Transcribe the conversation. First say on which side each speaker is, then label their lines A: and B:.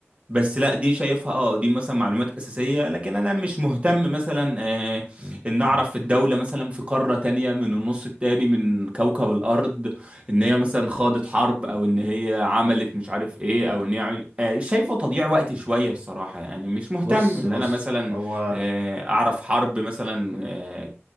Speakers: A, on the right; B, on the right.
A: بس لا دي شايفها اه دي مثلا معلومات اساسيه لكن انا مش مهتم مثلا آه
B: مم.
A: ان
B: مم.
A: اعرف في الدوله مثلا في قاره تانية من النص التاني من كوكب الارض ان هي مثلا خاضت حرب او ان هي عملت مش عارف ايه او ان هي عمل... آه شايفه تضييع وقت شويه الصراحه يعني مش مهتم
B: بص
A: ان
B: بص
A: انا مثلا
B: هو
A: آه اعرف حرب مثلا آه